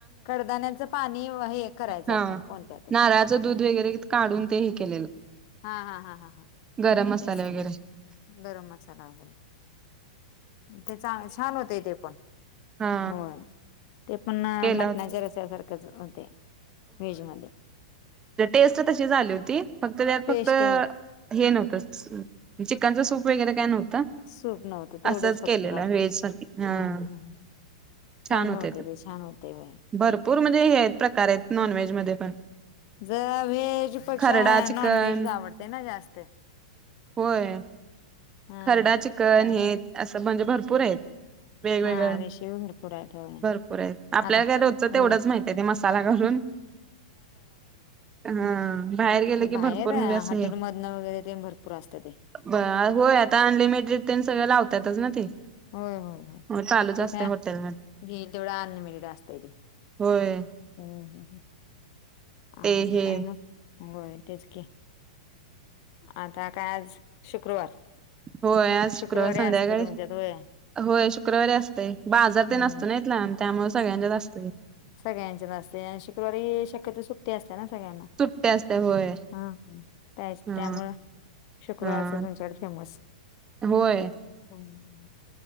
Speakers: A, on the left; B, on the right.
A: कडदान्याच पाणी हे करायचं
B: हा
A: आपण कोणत्या ते
B: नारळाचं दूध वगैरे काढून ते हे केलेलं
A: हां हां हां हां हां
B: गरम मसाले
A: तेच तेच
B: वगैरे
A: ते गरम मसाला वगैरे. ते चांग छान होते ते पण
B: हा
A: होय. ते पण अ
B: केला
A: मटणाच्या
B: होता.
A: रससारखंच होतें व्हेज मध्ये
B: ते टेस्ट तशी झाली होती फक्त त्यात
A: टेस्ट
B: फक्त हे नव्हतं सू चिकनचं सूप वगैरे काय नव्हतं.
A: सूप नव्हतं तेवढंच
B: असंच
A: फक्त
B: केलेलं
A: बाकी
B: आहे व्हेज सारखी हां
A: हा हा. चांगलं
B: छान होते ते
A: छान होते होय
B: भरपूर म्हणजे हे आहेत प्रकार आहेत नॉन व्हेज मध्ये पण.
A: जरा व्हेज पेक्षा
B: खरडा चिकन
A: नॉन व्हेज आवडते ना जास्तं.
B: होय
A: हा
B: खरडा चिकन
A: त्यामुळं
B: हे अंस म्हणजे भरपूर हायेत. वेगवेगळ
A: हा रेषीपी भरपूर आहेत होय
B: भरपूर आहेत, आपल्याला
A: आता
B: काय रोजच
A: होय.
B: तेवढंच माहीत त्या थे मसाला घालून हा बाहेर गेलं
A: त
B: की
A: बाहेर
B: भरपूर म्हणजे
A: अ
B: असं
A: हॉटेलमधनं वगैरे ते भरपूर असतं ते.
B: ब होय आता अनलिमिटेड तेन सगळे लावतातच ना ते.
A: होय होय होय
B: हो चालूच
A: ते
B: असते
A: काय
B: हॉटेलमध्ये
A: घेईल तेवढं अनलिमिटेड असतय ते.
B: होय.
A: हम्म हम्म आणि
B: ते हे
A: काय मग आंघोळ न तेच की आता काय आज शुक्रवार
B: होय आज
A: शुक्रवारी
B: शुक्रवार संध्याकाळी
A: असतं तुमच्यात होय.
B: होय शुक्रवारी असतय बाजार
A: हम्म
B: तेन असतोय ना ईथला, त्यामुळ सगळ्यांच्याच असतय की.
A: सगळ्यांचे न असतंय आणि शुक्रवारी शक्यतो सुट्टी असते ना सगळ्यांना.
B: ट्टी असत्या होय.
A: हा ह त्याच
B: हा
A: त्यामुळं शुक्रवारचं
B: हा
A: तुमच्याकडे फेमस.
B: होय.
A: हो.